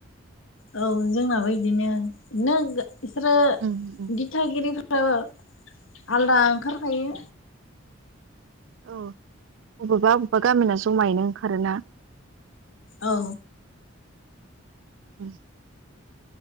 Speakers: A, on the left; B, on the right.
A: औ जोंनाबो इदिनो नों गो इसोरो
B: उम उम
A: दिथागिरि फो रो आलदा ओंखार खायो।
B: औ बबेबा अबेबा गामिना जमायैनो ओंखारोना।
A: औ
B: उम